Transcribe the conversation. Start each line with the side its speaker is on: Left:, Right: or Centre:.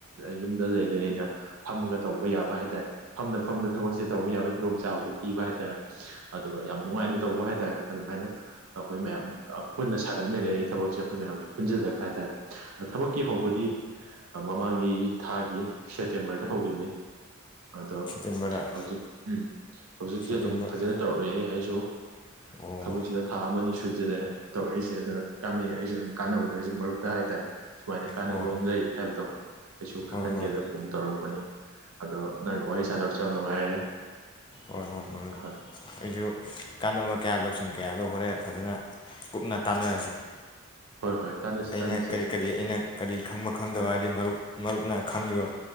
Right: ꯌꯨꯝꯗ ꯂꯩꯅ ꯂꯩꯅ ꯐꯝꯃꯒ ꯇꯧꯕ ꯌꯥꯕ ꯍꯥꯏ ꯇꯥꯔꯦ ꯐꯝꯅ ꯐꯝꯅ ꯊꯕꯛꯁꯦ ꯇꯧꯕ ꯌꯥꯕꯒꯤ ꯈꯨꯗꯣꯡꯆꯥꯕꯗꯨ ꯄꯤꯕ ꯍꯥꯏ ꯇꯥꯔꯦ ꯑꯗꯨꯒ ꯌꯥꯝ ꯅꯨꯡꯉꯥꯏꯅ ꯇꯧꯕ ꯍꯥꯏ ꯇꯥꯔꯦ ꯑꯗꯨꯃꯥꯏꯅ ꯑꯩꯈꯣꯏ ꯃꯌꯥꯝ ꯄꯨꯟꯅ ꯁꯥꯒꯠꯃꯤꯟꯅꯔꯤ ꯊꯕꯛꯁꯦ ꯑꯩꯈꯣꯏ ꯃꯌꯥꯝꯁꯦ ꯄꯨꯟꯖꯗꯕ ꯍꯥꯏ ꯇꯥꯔꯦ ꯊꯕꯛꯀꯤ ꯍꯧꯕꯗꯤ ꯃꯃꯥꯡꯒꯤ ꯊꯥꯒꯤ ꯁꯦꯞꯇꯦꯝꯕꯔꯗ ꯍꯧꯈꯤꯕꯅꯤ ꯑꯗꯣ
Left: ꯁꯦꯞꯇꯦꯝꯕꯔꯗ
Right: ꯍꯧꯖꯤꯛ ꯎꯝ ꯍꯧꯖꯤꯛꯁꯦ
Left: ꯁꯦꯞꯇꯦꯝꯕꯔ
Right: ꯑꯗꯨꯝ ꯐꯖꯅ ꯇꯧꯔꯛꯑꯦ ꯑꯩ ꯁꯨ
Left: ꯑꯣ
Right: ꯊꯕꯛꯁꯤꯗ ꯊꯥ ꯑꯃꯅꯤ ꯑꯅꯤ ꯁꯨꯖꯔꯛꯑꯦ ꯇꯧꯔꯛꯏꯁꯦ ꯑꯗꯨꯅ ꯀꯥꯟꯅꯩ ꯑꯩꯁꯨ ꯑꯗꯨꯝ ꯀꯥꯟꯅꯕꯗꯣ ꯑꯩꯁꯨ ꯃꯔꯨꯞꯛꯇ ꯍꯥꯏꯇꯥꯔꯦ ꯁꯨꯃꯥꯏꯅ ꯀꯥꯟꯅꯕ
Left: ꯍꯣꯏ
Right: ꯑꯃ ꯂꯩ ꯍꯥꯏꯕꯗꯣ ꯑꯩꯁꯨ
Left: ꯍꯣꯏ
Right: ꯈꯪꯍꯟꯒꯦꯗ
Left: ꯍꯣꯏ
Right: ꯐꯣꯟ ꯇꯧꯔꯛꯄꯅꯤ ꯑꯗꯣ ꯅꯪꯒꯤ ꯋꯥꯔꯤꯍꯩ ꯁꯥꯟꯅꯕꯁꯨ ꯌꯥꯝ ꯅꯨꯡꯉꯥꯏꯔꯦ
Left: ꯍꯣꯏ ꯃꯔꯨꯞ
Right: ꯍꯣꯏ
Left: ꯑꯩꯁꯨ ꯀꯥꯟꯅꯕ ꯀꯌꯥ ꯂꯧꯁꯤꯡ ꯀꯌꯥꯗꯣ ꯍꯣꯔꯦꯟ ꯐꯖꯅ ꯀꯨꯞꯅ ꯇꯥꯟꯅꯔꯁꯤ
Right: ꯍꯣꯏ ꯍꯣꯏ ꯇꯥꯟꯅꯁꯤ
Left: ꯑꯩꯅ
Right: ꯇꯥꯟꯅꯁꯤ
Left: ꯀꯔꯤ ꯀꯔꯤ ꯑꯩꯅ ꯀꯔꯤ ꯈꯪꯕ ꯈꯪꯗꯕ
Right: ꯎꯝ
Left: ꯍꯥꯏꯗꯤ ꯃꯔꯨꯞ ꯃꯔꯨꯞꯅ ꯈꯪꯉꯤꯕ